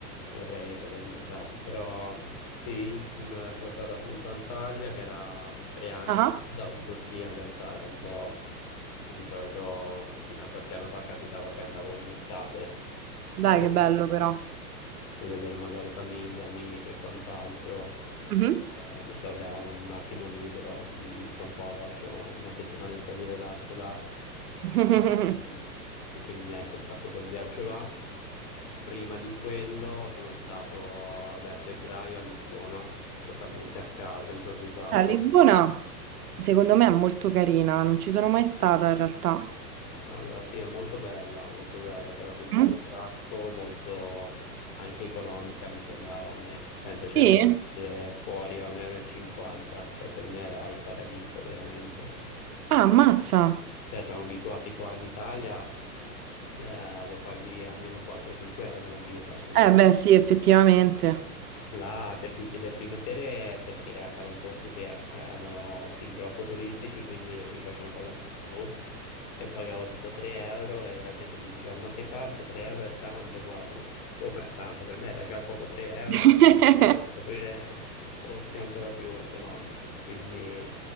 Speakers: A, on the left; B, on the right.
A: vorrei, vorrei visitarlo, però sì, mh, sono stato appunto a Antalya, che era tre anni
B: Ah,
A: che non andavo in Turchia, in realtà era un po' che di solito fino a qualche anno fa capitava che andavo ogni estate
B: dai,
A: per
B: che bello però.
A: per vedere magari famiglia, amici e quant'altro.
B: Mhm.
A: E ho detto, vabbè, ho un attimo libero, mi visito un po', faccio una settimanetta di relax là.
B: <laughs>
A: E, ehm, e quindi niente, ho fatto quel viaggio là. E prima di quello sono stato, vabbè, a febbraio a Lisbona, totalmente a caso, improvvisato.
B: A Lisbona, secondo me è molto carina, non ci sono mai stata in realtà.
A: Allora, sì, è molto bella, molto bella, te la consiglio
B: Mm?
A: un sacco, molto anche economica mi sembrava a me. Pensa c'erano
B: Sì?
A: le birre fuori a 1,50 euro, e cinquanta, cioè per me era il paradiso veramente.
B: Ah, ammazza.
A: Cioè siamo abituati qua in Italia, eh, lo paghi almeno 4-5 euro una birra, quindi...
B: Eh beh, sì, effettivamente.
A: Là, per dirti, le prime sere perché andavo in posti che eh, erano fin troppo turistici, quindi mi facevano pagare di più <laughs> e pagavo tipo 3 euro e la gente mi diceva ma sei pazzo, 3 euro è tanto qua. Io ho detto, ma come è tanto? Per me era già poco 3 euro,
B: <laughs>
A: quindi mi hanno fatto scoprire <laughs> posti ancora più economici, quindi,